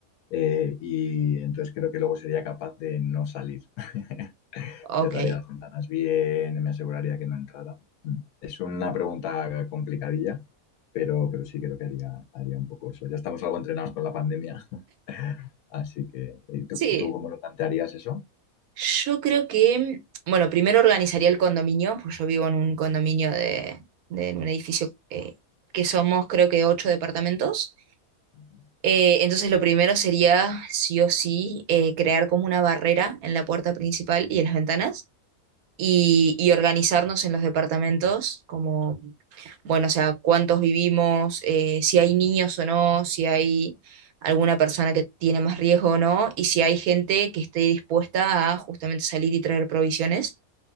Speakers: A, on the left; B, on the right.
A: Eh, y entonces creo que luego sería capaz de no salir. <laughs>
B: Ok.
A: Cerraría las ventanas bien, me aseguraría que no entrara. Mm. Es una pregunta complicadilla, pero, pero sí creo que haría, haría un poco eso. Ya estamos algo entrenados con la pandemia, <laughs> así que eh, ¿tú,
B: Sí,
A: tú cómo lo plantearías eso?
B: Yo creo que, bueno, primero organizaría el condominio, porque yo vivo en un condominio de, de- en un edificio eh, que somos creo que ocho departamentos.
A: Ujú.
B: Eh, entonces lo primero sería, sí o sí, eh, crear como una barrera en la puerta principal y en las ventanas y, y organizarnos en los departamentos como bueno, o sea, cuántos vivimos, eh, si hay niños o no, si hay alguna persona que tiene más riesgo o no, y si hay gente que esté dispuesta a justamente salir y traer provisiones.